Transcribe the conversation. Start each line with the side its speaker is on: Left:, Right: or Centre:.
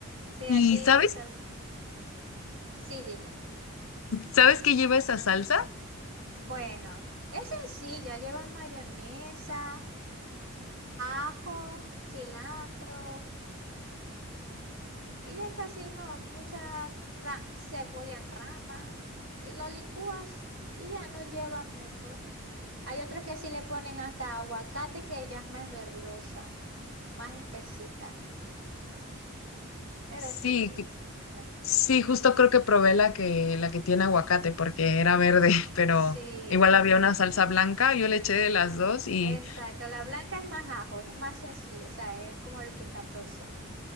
Right: Sí,
Left: ¿Y
Right: aquí,
Left: sabes,
Right: tal- sí, dime.
Left: sabes qué lleva esa salsa?
Right: Bueno, es sencilla, lleva mayonesa, ajo, cilantro. Y ya casi no, mucha ra- cebolla en rama y lo licúas y ya no lleva mucho. Hay otros que sí le ponen hasta aguacate que ya es más verdosa, más espesita. Pero
Left: Sí,
Right: sí,
Left: que-
Right: es muy rica.
Left: sí, justo creo que probé la que, la que tiene aguacate porque era verde, <laughs> pero
Right: Sí,
Left: igual había una salsa blanca, yo le eché de las dos y
Right: exacto. La blanca es más ajo, es más sencilla, o sea, es como el pincantoso.